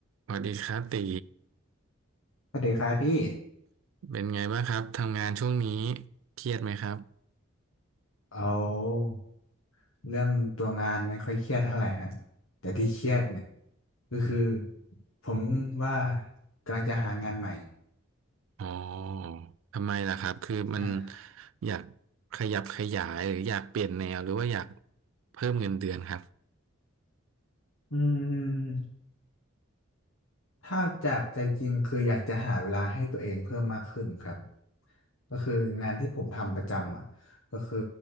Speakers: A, on the right (about 70°); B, on the left (about 75°).
A: สวัสดีครับตี
B: สวัสดีครับพี่
A: เป็นไงบ้างครับทำงานช่วงนี้เครียดไหมครับ
B: เอาเรื่องตัวงานไม่ค่อยเครียดเท่าไหร่ฮะ แต่ที่เครียดเนี่ยก็คือผมว่ากำลังจะหางานใหม่
A: อ๋อทำไมล่ะครับคือมัน
B: นะ
A: อยากขยับขยายหรืออยากเปลี่ยนแนวหรือว่าอยากเพิ่มเงินเดือนครับ
B: อืมถ้าจากใจจริงคืออยากจะหาเวลาให้ตัวเองเพิ่มมากขึ้นครับ ก็คืองานที่ผมทำประจำอ่ะก็คือ